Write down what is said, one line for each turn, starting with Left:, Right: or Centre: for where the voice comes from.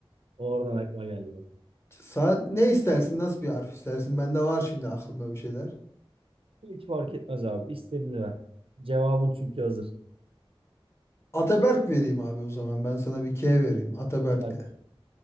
Right: Oradan aklıma geldi bak.
Left: Sen ne istersin? Nasıl bir harf istersin? Bende var şimdi aklımda bir şeyler.
Right: Hiç fark etmez abi. İstediğini ver. Cevabın çünkü hazır.
Left: Ataberk vereyim abi o zaman. Ben sana bir K vereyim Ataberk'le.
Right: Haber.